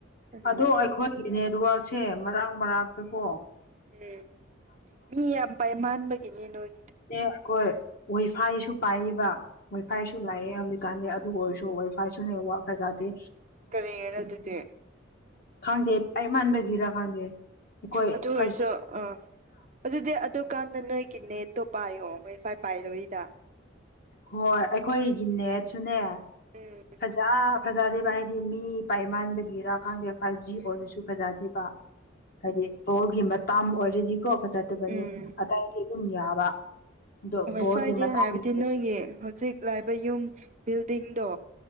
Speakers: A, on the right; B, on the left.
A: ꯎꯝ
B: ꯑꯗꯣ ꯑꯩꯈꯣꯏꯒꯤꯅꯦ ꯍꯥꯛꯁꯦ ꯃꯔꯥꯡ ꯃꯔꯥꯡꯛꯇ ꯀꯣ
A: ꯎꯝ ꯃꯤ ꯌꯥꯝ ꯄꯥꯏ ꯃꯥꯟꯕꯒꯤꯅꯤ ꯅꯣꯏ
B: ꯑꯦ ꯑꯩꯈꯣꯏ ꯩꯐꯥꯏꯁꯨ ꯄꯥꯏꯌꯦꯕ ꯋꯩꯐꯥꯏꯁꯨ
A: ꯎꯝ
B: ꯂꯥꯛꯑꯦ ꯍꯧꯖꯤꯛ ꯀꯥꯟꯗꯦ ꯑꯗꯨ ꯑꯣꯏꯔꯁꯨ ꯋꯥꯏ ꯐꯥꯏꯁꯨꯅꯦ ꯋꯥ ꯐꯖꯗꯦ
A: ꯀꯔꯤꯅ ꯑꯗꯨꯗꯤ
B: ꯈꯥꯡꯗꯦ ꯑꯩ ꯃꯥꯟꯕꯒꯤꯔ ꯈꯪꯗꯦ ꯑꯩꯈꯣꯏ
A: ꯑꯗꯨ ꯑꯣꯏꯔꯁꯨ
B: ꯍꯧꯖꯤꯛ
A: ꯑꯥ ꯑꯗꯨꯗꯤ ꯑꯗꯨꯀꯥꯟꯗ ꯅꯣꯏ ꯀꯤꯅꯦꯠꯇꯣ ꯄꯥꯏꯌꯣ ꯋꯥꯏꯐꯥꯏ ꯄꯥꯏꯗꯕꯩꯗ
B: ꯍꯣꯏ ꯑꯩꯈꯣꯏꯒꯤꯅꯦꯁꯨꯅꯦ
A: ꯎꯝ
B: ꯐꯖꯥ ꯐꯖꯗꯦꯕ ꯍꯥꯏꯗꯤ ꯃꯤ ꯄꯥꯏꯃꯥꯟꯕꯒꯤꯔꯥꯛꯀꯥꯟꯗꯦ ꯐꯥꯏꯚ ꯖꯤ ꯑꯣꯏꯔꯁꯨ ꯐꯖꯗꯦꯕ ꯍꯥꯏꯗꯤ ꯇꯣꯜꯒꯤ ꯃꯇꯥ ꯑꯣꯏꯔꯗꯤꯀꯣ ꯈ ꯆꯠꯇꯕꯅꯤ
A: ꯎꯝ
B: ꯑꯗꯥꯏꯗꯤ ꯑꯗꯨꯝ ꯌꯥꯕ ꯑꯗꯣ
A: ꯍꯣꯏ
B: ꯕꯣꯜꯒꯤ
A: ꯐ꯭ꯔꯥꯏꯗꯦ
B: ꯃꯇꯥꯡꯒꯤ
A: ꯍꯥꯏꯕꯗꯤ
B: ꯑꯣꯏ
A: ꯅꯣꯏꯒꯤ ꯍꯧꯖꯤꯛ ꯂꯥꯛꯕ ꯌꯨꯝ ꯕꯤꯜꯗꯤꯡꯗꯣ